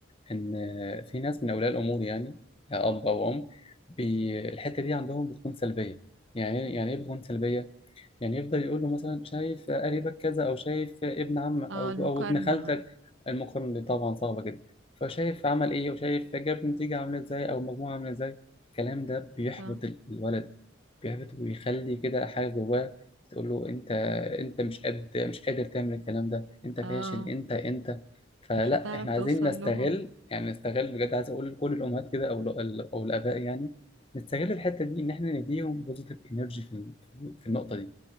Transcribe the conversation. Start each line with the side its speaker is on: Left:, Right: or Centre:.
Left: ان آه، في ناس من اولياء الامور يعني آه، اب او ام بي- الحته دي عندهم بتكون سلبيه يعني إيه، يعني ايه بتكون سلبيه يعني يفضل يقول له مثلا شايف قريبك كذا او شايف ابن عمك
Right: اه
Left: او
Right: المقارنة
Left: او ابن خالتك المقارنه دي طبعا صعبه جدا فشايف عمل ايه وشايف جاب نتيجه عامله ازاي او مجموعه عامله ازاي الكلام ده بيحبط
Right: صح.
Left: ال- الولد بيحبط ويخلي كده حاجه جواه تقول له انت انت مش قد مش قادر تعمل الكلام ده انت فاشل
Right: اه
Left: انت انت فلا
Right: مش هتعرف
Left: احنا
Right: توصل
Left: عايزين نستغل
Right: لهم
Left: يعني نستغل بجد عايز اقول لكل الامهات كده او ال- او الاباء يعني نستغل الحته دي ان احنا نديهم بوزيتيف انرجي في ال- في النقطه دي